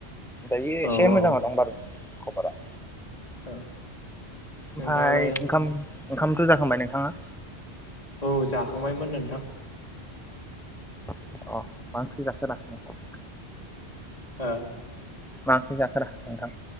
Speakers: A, in the centre; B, on the left (about 35°).
A: दायो
B: औ
A: एसे
B: औ
A: मोजाङाव दं बारु। खबरा।
B: औ।
A: ओमफाय
B: नोंथाङालाय
A: ओंखाम ओंखामथ' जाखांबाय नोंथाङा?
B: औ जाखांबायमोन नोंथां।
A: अ मा ओंख्रि जाखोरा नोंथां?
B: हो?
A: मा ओंख्रि जाखोरा नोंथां?